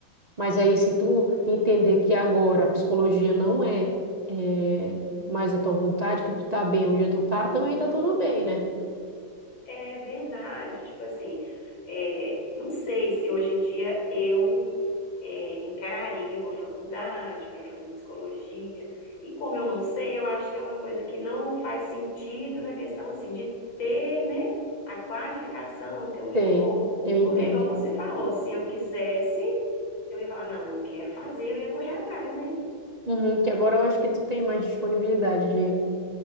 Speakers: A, on the right; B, on the left.
A: Mas aí, se tu entender que agora a psicologia não é, é, mais a tua vontade, que tu tá bem onde tu tá, também tá tudo bem, né?
B: é verdade. Tipo assim, é, não sei se hoje em dia eu é, encararia uma faculdade para fazer psicologia. E como eu não sei, eu acho que é uma coisa que não faz sentido na questão assim de ter, né, a qualificação, ter um diploma.
A: Sei, eu entendo.
B: Porque, igual você falou, se eu quisesse, eu ia falar, não, eu quero fazer, eu ia correr atrás, né?
A: Uhum, que agora eu acho que tu tem mais disponibilidade de